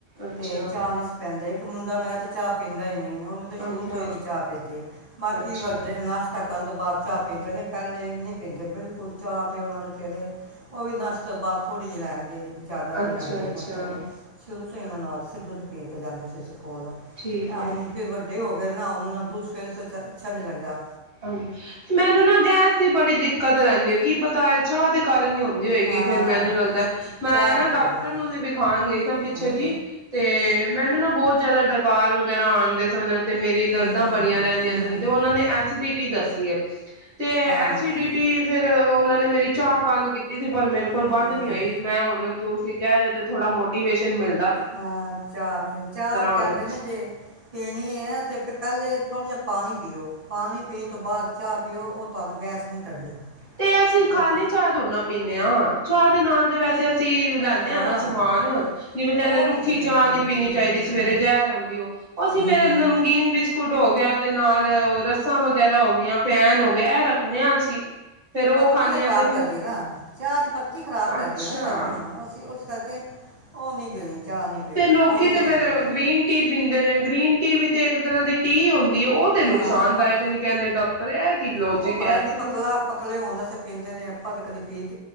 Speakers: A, on the right (about 55°); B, on the right (about 25°).
A: ਅੱਛਾ
B: ਤੇ ਚਾਹ ਨੀ ਸੀ ਪਿਆਂਦੇ। ਮੁੰਡਾ ਮੇਰਾ ਤੇ ਚਾਹ ਪੀਂਦਾ ਈ ਨਈ ਏ। ਉਹਨੇ ਤਾਂ ਸ਼ੁਰੂ
A: ਅੱਛਾ
B: ਤੋਂ ਹੀ ਨਹੀਂ ਚਾਹ ਪੀਤੀ। ਬਾਕੀ
A: ਅੱਛਾ
B: ਵੱਡੇ ਨਾਸ਼ਤਾ ਕਰਨ ਤੋਂ ਬਾਅਦ ਚਾੱਪ ਪੀਂਦੇ ਨੇ ਪੈਲੇ ਨੀ ਪੀਂਦੇ ਬਿਲਕੁਲ ਚਾ ਤੇ ਔਨਾਂ ਨੂੰ ਸਵੇਰੇ ਔ ਵੀ ਨਾਸ਼ਤੇ ਤੋ ਬਾਦ ਥੋੜੀ ਜੀ ਲੈਣਗੇ। ਜਾਦਾ
A: ਅੱਛਾ
B: ਨੀ ਲੈਂਦੇ
A: ਅੱਛਾ
B: ਮਤਲ ਸ਼ੁਰੂ ਤੋਂ ਹੀ ਏਨਾਂ ਨੂੰ ਆਦਤ ਸੀ ਦੁਧ ਪੀ ਕੇ ਜਾਂਦੇ ਸੀ, ਸ ਕੋਲ,
A: ਠੀਕ
B: ਐ
A: ਹੈ
B: ਹੁਣ ਫਿਰ ਵੱਡੇ ਹੋ ਗਏ ਨਾ ਹੁਨ ਐਨਾ ਦੂੂਧ ਸਵੇਰੇ-ਸਵੇਰੇ ਚ ਅੱਛਾ ਨੀ ਲਗਦਾ।
A: ਹਾਂਜ, ਮੈਂ ਮੈਨੂੰ ਨਾ ਗੈਸ ਦੀ ਬੜੀ ਦਿੱਕਤ ਰਹਿੰਦੀ ਏ ਕੀ ਪਤਾ ਐ ਚਾਅ ਦੇ ਫੇਰ ਨੀ ਹੋਂਦੀ ਹੋਏਗੀ
B: ਹਾਂ
A: ਫੇਰ ਮੈਨੂੰ
B: ਚ-
A: ਲੱਗਦੈ
B: ਚ-
A: ਮੈਂ
B: ਚਾਹ
A: ਨਾ
B: ਦੀ ਪ੍ਰੋਬਲਮ
A: ਡਾਕਟਰ
B: ਹੈ
A: ਨੂੰ ਵੀ ਵਿਖਾਣ ਗਈ ਨਾ ਪਿੱਛੇ
B: ਹਾਂ
A: ਜੀ ਤੇ ਤੇ ਮੈਨੂੰ ਨਾ ਬੌਤ ਜੈਦਾ ਡਕਾਰ ਵਗੈਰਾ ਆਂਦੇ ਸਨ ਤੇ ਮੇਰੀ
B: ਹਮ,
A: ਦਰਦਾਂ ਬੜੀਆਂ ਰਹਦੀਆਂ
B: ਹਮ,
A: ਸਨ ਤੇ ਔਨਾਂ ਨੇ ਐ ਐਸੀ ਡੀ ਟੀ ਦਸੀ ਐ। ਤੇ ਐਸੀਡੀਟੀ
B: ਹਾਂ
A: ਫੇਰ ਔ ਔਨਾ ਨੇ ਮੇਰੀ ਚਾਹ ਬੰਦ ਕੀਤੀ ਸੀ। ਪਰ ਮੇਰੇ ਕੋਲ
B: ਹਮ,
A: ਬਾੰਦ ਨੀ ਹੋਈ ਮੈਂ ਹੁਣ ਦੋ ਤੁਸੀਂ ਕੈਰੇ ਔ ਤੇ ਥੋੜਾ ਮੋਟੀਵੇਸ਼ਨ ਮਿਲ
B: ਹਾਂ ਚਾਹ ਨੇ ਚਾਹ ਵੀ
A: ਹੁਣ
B: ਕੈੰਦੇ ਨੇ ਜੇ ਪੀਣੀ ਏ ਤੇ ਫੇਰ ਪੈਲੇ ਥੋੜ੍ਹਾ ਜਾ ਪਾਣੀ ਪੀਓ ਪਾਣੀ ਪੀਣ ਤੋਂ ਬਾਦ ਚਾਹ ਪੀਓ ਔ ਤੁਹਾਨੂੰ ਗੈਸ ਨ੍ਹੀਂ ਕਰਦੀ।
A: ਤੇ ਅਸੀਂ ਖਾਲੀ
B: ਉਹ ਤਾਂ-
A: ਚਾਹ ਥੋੜਨਾ ਪੀਂਦੇ ਆਂ, ਚਾਹ ਦੇ ਨਾਲ ਤੇ ਵੈਸੇ ਅਸ ਸੀਂ ਲੈਂਦੇ
B: ਹਾਂ
A: ਆਂ ਨਾ ਸਮਾਨ। ਜਿਵੇਂ, ਕੈੰਦੇਂ
B: ਉਹ
A: ਰੁੱਖੀ
B: ਤਾਂ ਠੀਕ ਹੈ
A: ਚਾਹ
B: ਹਮ,
A: ਨੀ ਪੀਣੀ ਚਾਹੀਦੀ ਸਵੇਰੇ ਜੈਰ ਹੂੰਦੀ ਔ। ਅਸੀਂ
B: ਹਮ,
A: ਫੇਰ ਨਮਕੀਨ ਬਿਸ ਕੁਟ ਹੋ ਗਿਆ ਤੇ ਨਾਲ ਔ ਰੱਸਾਂ ਵਗੈਰਾ ਹੋ ਗੀਆਂ। ਫੈਨ ਹੋ ਗੇ, ਐ ਰੱਖਣੇ ਹਾਂ ਅਸੀਂ। ਫੇਰ ਉਹ
B: ਪੱਤੀ
A: ਖਾਂਦੇ
B: ਤੇ ਖ਼ਰਾਬ
A: ਹਾਂ
B: ਕਰਦੀ
A: ਫਿਰ
B: ਏ ਨਾ ਚਾਹ ਦੀ ਪੱਤੀ ਖ਼ਰਾਬ ਕਰਦੀ
A: ਅੱਛਾ
B: ਏ ਨਾ ਸਾਨੂੰ। ਅਸੀ ਉਸ ਕਰਕੇ ਔ ਨੀ ਪੀਣੀ। ਚਾਹ ਨਹੀਂ ਪੀਣੀ
A: ਤੇ ਲੋਕੀ
B: ਬਾਹਰ ਹੁਣ
A: ਤੇ
B: ਅਸੀਂ
A: ਫੇਰ
B: ਕਹਿ
A: ਗ੍ਰੀਨ ਟੀ ਪੀਂਦੇ ਨੇ ਗ੍ਰੀਨ ਟੀ ਵੀ ਤੇ ਇੱਕ ਤਰ੍ਹਾਂ ਦੀ ਟੀ ਹੁੰਦੀ ਏ, ਔਹ ਤੇ
B: ਆ
A: ਨੁਕਸਾਨਦਾਇਕ ਨੀ ਕੈੰਦੇ ਡਾਕ ਪਰ ਐ ਕਿ ਲੋੋਜਿਕ
B: ਉਹ ਪਤਾ
A: ਏ ਐ
B: ਨੀ ਕਿ
A: ਸਬ
B: ਪਤਲਾ ਪਤਲੇ ਹੋਣ ਵਾਸਤੇ ਪੀਂਦੇ ਨੇ ਆਪਾਂ ਤੇ ਕਦੀ ਪੀਕ